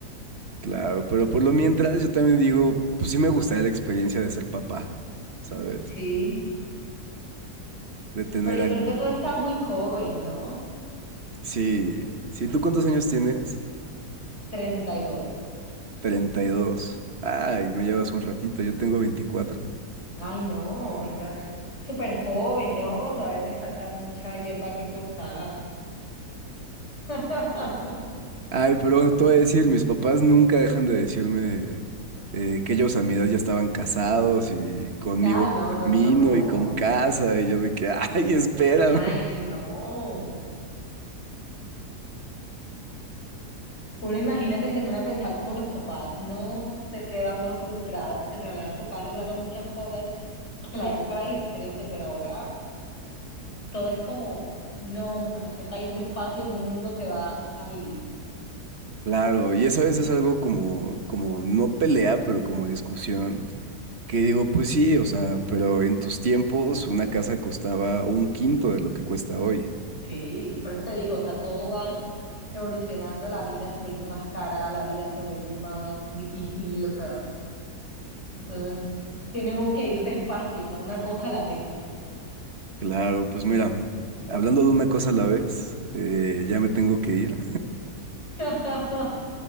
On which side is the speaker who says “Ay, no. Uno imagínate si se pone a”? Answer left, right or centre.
Left